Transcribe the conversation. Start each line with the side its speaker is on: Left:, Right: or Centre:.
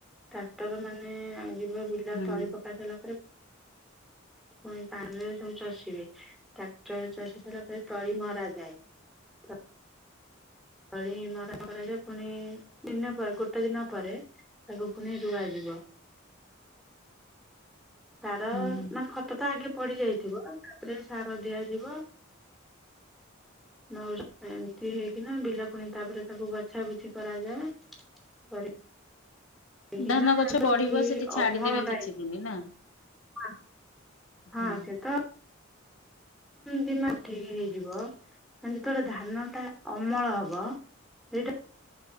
Centre: ଟ୍ରାକ୍ଟର ମାନେ ବିବ ବିଲ
Left: ହୁଁ
Centre: ତଳି ପକା ସାରିଲା ପରେ। ପୁଣି ପାଣିରେ ସବୁ ଚଷିବେ ଟ୍ରାକ୍ଟର ଚଷି ସାରିଲା ପରେ ତଳି ମରା ଯାଏ। ଥ ତଳି ମରା <inaudible> ପୁଣି ଦିନ ପରେ ଗୋଟେ ଦିନ ପରେ। ତାକୁ ପୁଣି ରୁଆଯିବ। ତାର
Left: ହୁଁ
Centre: ମାନେ ଖତ ତ ଆଗେ ପଡି ଯାଇଥିବ ତାପରେ ସାର ଦିଆଯିବ। ନହେଲେ ଏମିତି ହେଇକିନା ବିଲ ଫୁଣି ତାପରେ ତାକୁ ବଛାବୁଛି କରାଯାଏ। ପରେ କି
Left: ଧାନ
Centre: ନା
Left: ଗଛ
Centre: ତ
Left: ବଢିବ
Centre: ଠିକି
Left: ସେଠି ଛାଡିଦେବେ
Centre: ଅମଳ ଟାଇମ
Left: କିଛି ଦିନି ନା
Centre: ନାଁ।
Left: ହୁଁ
Centre: ହଁ ସେ ତ। ଦିନ ରେ ଠିକ ହେଇଯିବ ଏ ଯେତେବେଳେ ଧାନ ଟା ଅମଳ ହବ। ସେଇଟା